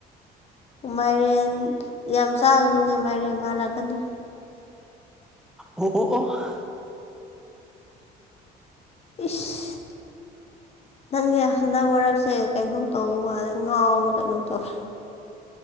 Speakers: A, on the left (about 40°); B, in the centre.
A: ꯃꯥꯏꯔꯦꯟ ꯌꯥꯝ ꯆꯥꯒꯅꯨꯅꯦ ꯃꯥꯏꯔꯦꯟ ꯃꯥꯜꯂꯛꯀꯅꯤ
B: ꯑꯣ ꯑꯣ ꯑꫭ
A: ꯏꯁ ꯅꯪꯁꯦ ꯍꯟꯗꯛ ꯃꯔꯛꯁꯦ ꯀꯩꯅꯣꯝ ꯇꯧꯕ ꯃꯥꯜꯂꯦ ꯉꯥꯎꯔꯥꯕ ꯀꯩꯅꯣꯝ ꯇꯧꯋꯦ